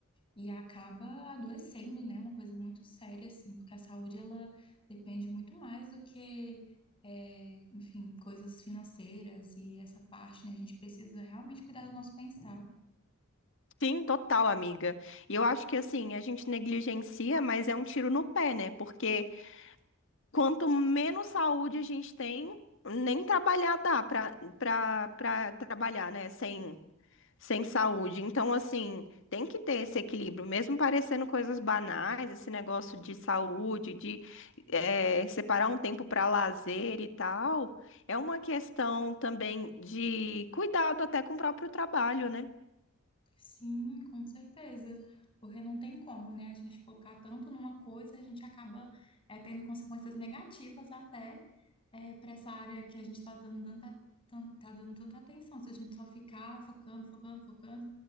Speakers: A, on the left; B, on the left.
A: e acaba adoecendo, né? Uma coisa muito séria, assim, porque a saúde ela depende muito mais do que, é, enfim, coisas financeiras e essa parte, né? A gente precisa realmente cuidar do nosso bem-estar.
B: Sim, total, amiga. E eu acho que assim, a gente negligencia, mas é um tiro no pé, né? Porque quanto menos saúde a gente tem, nem trabalhar dá pra, pra, pra trabalhar, né? Sem, sem saúde. Então, assim, tem que ter esse equilíbrio, mesmo parecendo coisas banais, esse negócio de saúde, de eh, separar um tempo para lazer e tal, é uma questão também de cuidado até com o próprio trabalho, né?
A: Sim, com certeza. Porque não tem como, né? A gente focar tanto numa coisa, a gente acaba é, tendo consequências negativas até para essa área que a gente está dando tanta, tan- tá dando tanta atenção. Se a gente só ficar focando, focando, focando